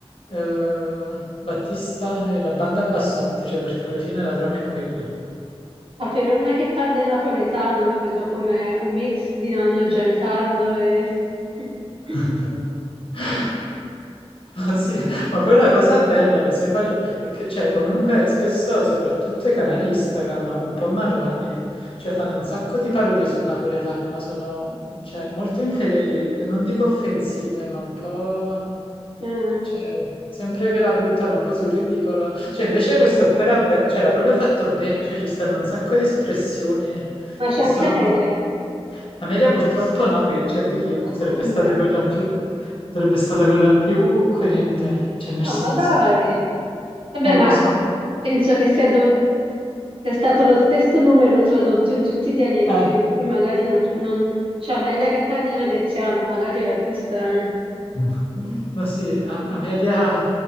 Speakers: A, on the left; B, on the right.
A: eh, Battista e la banda Bassotti, cioè perché alla fine la trama è quella.
B: Paperone che parla il napoletano, lo vedo come un mix di nonno Giancarlo e... <laughs>
A: <laughs> Ma sì, ma poi la cosa bella, lo sai qual è? È che, cioè, comunque spesso, soprattutto i canali Instagram, un po' marrani, cioè fanno un sacco di parodie sul napoletano, ma sono, cioè, molto infedeli, eh, non dico offensive, ma un po'...
B: Eh,
A: Cioè, sempre che la buttano un po' sul ridicolo. Cioè, invece questo qua era, be- cioè, era proprio fatto bene, cioè ci stanno un sacco di espressioni
B: Ma c'è
A: che
B: anche
A: sono...
B: Amelia.
A: molto- Ameria purtroppo no, che, cioè, di chi io?
B: Ma
A: Sarebbe
B: come?
A: stata quella più... Sarebbe stata quella più coerente, cioè, nel
B: No,
A: senso...
B: ma dai! Vabbè,
A: Eh,
B: ma
A: lo so,
B: penso che sia, dov- sia stato lo stesso numero tradotto in tutti i dialetti,
A: eh.
B: quindi magari non, non... Cioè, ma è la che parla veneziano, magari era pure strana. Ma
A: <laughs> Ma sì, a- Ameria